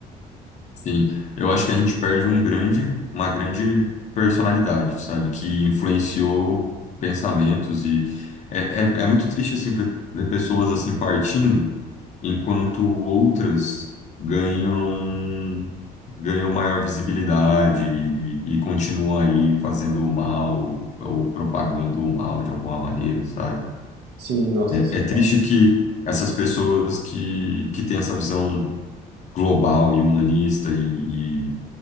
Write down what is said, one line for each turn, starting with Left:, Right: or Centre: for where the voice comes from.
Left: Sim, eu acho que a gente perde um grande, uma grande personalidade, sabe? Que influenciou pensamentos e é, é, é muito triste assim ver, ver pessoas assim partindo, enquanto outras ganham ganham maior visibilidade e, e continuam aí fazendo o mal ou propagando o mal de alguma maneira, sabe?
Right: Sim, nossa, isso
Left: É,
Right: é
Left: é triste
Right: claro.
Left: que essas pessoas que, que têm essa visão global e humanista e, e,